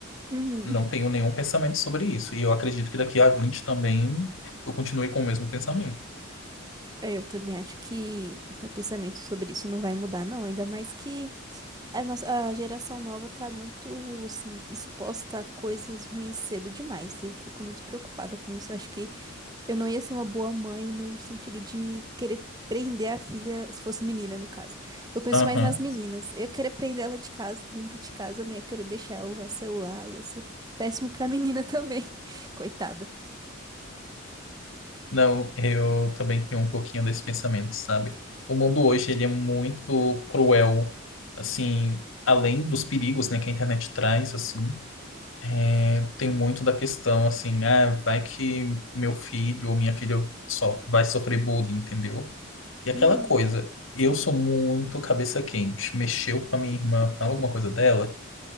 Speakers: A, on the right; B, on the left.
A: uhum.
B: Não tenho nenhum pensamento sobre isso. E eu acredito que daqui a 20 também eu continue com o mesmo pensamento.
A: É, eu também acho que meu pensamento sobre isso não vai mudar, não. Ainda mais que a nossa, a geração nova tá muito, assim, exposta a coisas ruins cedo demais. Eu fico muito preocupada com isso. Eu acho que Eu não ia ser uma boa mãe no sentido de querer prender a filha, se fosse menina, no caso. Eu penso
B: Aham.
A: mais nas meninas. Eu ia querer prender ela de casa, dentro de casa, eu não ia querer deixar ela usar celular, ia ser péssimo pra menina <laughs> também. Coitada.
B: Não, eu também tenho um pouquinho desse pensamento, sabe? O mundo hoje, ele é muito cruel, assim, além dos perigos, né, que a internet traz, assim, é, tem muito da questão, assim, ah, vai que meu filho ou minha filha só vai sofrer bullying, entendeu? E aquela
A: Uhum,
B: coisa, eu sou muito cabeça quente, mexeu com a minha irmã, fala alguma coisa dela,